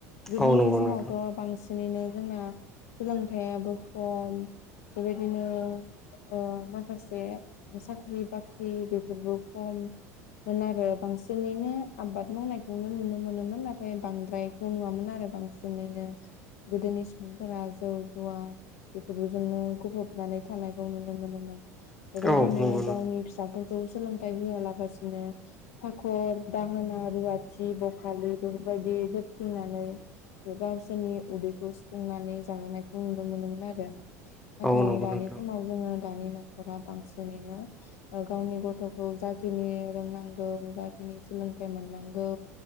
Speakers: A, on the left (about 75°); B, in the centre.
A: गोदोनि
B: औ नंगौ
A: समावथ'
B: नोंथां
A: बांस ओरैनो जोंना सोलोंथायाबो खम बेबायदिनो ओ ओ माखासे साख्रि बाख्रि बेफोरबो खम। मोन आरो बांसिनैनो आबाद मावनायखौनो नुनो मोनोमोन नाथाय बांद्रायखौ नुवामोन आरो बांसिनैनो गोदोनि सुबुंफोरा जौ जुवा बेफोरजोंनो गफबनानै थानायखौ नुनो मोनोमोन। बेबायदिनो
B: औ नंगौ नोंथां
A: गावनि फिसाफोरखौ सोलोंथाइ होआलाबासिनो फाखर दा होना, रुवाथि, बखालि बेफोरबायदि दोनथिंनानै ओ गावसोरनि उदैखौ सुफुंनानै जाहोनायखौ नुनो मोनोमोन आरो। नाथाय
B: औ नंगौ
A: दानि
B: नोंथां
A: समाव जोङो दानि न'खरा बांसिनैनो ओ गावनि गथ'खौ जाखिनि रोंनांगौ जाखिनि सोलोंथाइ मोननांगौ